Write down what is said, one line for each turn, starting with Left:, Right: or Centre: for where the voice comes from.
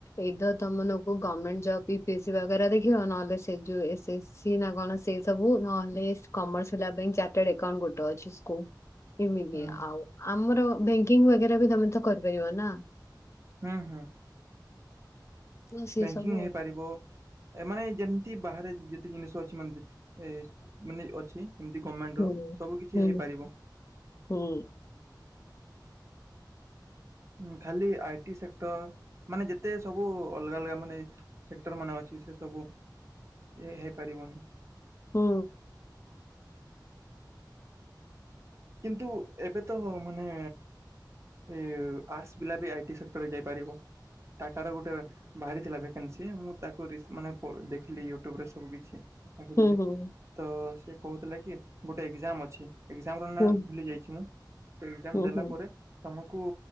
Left: ଏଇଦର ତୋମମାନଙ୍କୁ ଗମେଣ୍ଟ ଜବ୍ ବି ପିସିବା ବେରା ଦେଖିବ ନହେଲେ ସେ ଯୋଉ ଏସ ଏସ ସି ନା କଣ ସେ ସବୁ ନହେଲେ କମର୍ସ ଲବିଂ ଚା ଟେଡ଼େ କଣ ଗୋଟେ ଅଛି ସ୍କୋ ଏମିତି,
Right: ହୁଁ
Left: ଆଉ ଆମର ବ୍ୟଙ୍କିଙ୍ଗ ବଗେରା ବି ତୋମେ ତ କରିପାରିବ ନା?
Right: ହଁ, ହଁ।
Left: ତ ସେ
Right: ବେଙ୍କିଙ୍ଗ
Left: ସବୁ ଆଉ।
Right: ହେଇପାରିବ। ଏ ମାନେ ଯେମିତି ବାହାରେ ଯେତେ ଜିନିଷ ଅଛି ମାନେ ଦେ-ଏ ମାନେ ଅଛି। ଏମିତି ଗମେଣ୍ଟର
Left: ହୁଁ
Right: ସବୁ କିଛି
Left: ହୁଁ
Right: ହେଇପାରିବ।
Left: ହୁଁ।
Right: ଅଁ, ଖାଲି ଆଇ ଟି ସେକ୍ଟର୍ ମାନେ ଯେତେ ସବୁ ଅଲଗା ଅଲଗା ମାନେ ସେକ୍ଟର୍ ମାନେ ଅଛି ସେ ସବୁ ଏ ହେଇପାରିବନି।
Left: ହୁଁ।
Right: କିନ୍ତୁ ଏବେ ତହୋ ମାନେ ଏ ଆର୍ଟସ୍ ପିଲା ବି ଆଇ ଟି ସେକ୍ଟରୂ ରେ ଯାଇପାରିବ। ଟାଟାର ଗୋଟେ ବାହାରିଥିଲା ଭ୍ୟାକେନ୍ସି ମୁଁ ତାକୁ ରିସ୍ ମାନେ ପ-ଦେଖିଲି ୟୁଟ୍ୟୁବରେ ସବୁ କିଛି। ଦେଖିଥିଲି
Left: ହୁଁ ହୁଁ ହୁଁ
Right: ତ ସେ କହୁଥିଲା କି ଗୋଟେ ଏକ୍ଜାମ୍ ଅଛି, ଏକ୍ଜାମ୍ କଣ ନା
Left: ହୁଁ
Right: ଭୁଲି ଯାଇଛି ମୁଁ ସେଇ ଏକ୍ଜାମ୍
Left: ହୁଁ
Right: ଦେଲା
Left: ହୁଁ
Right: ପରେ ତୋମକୁ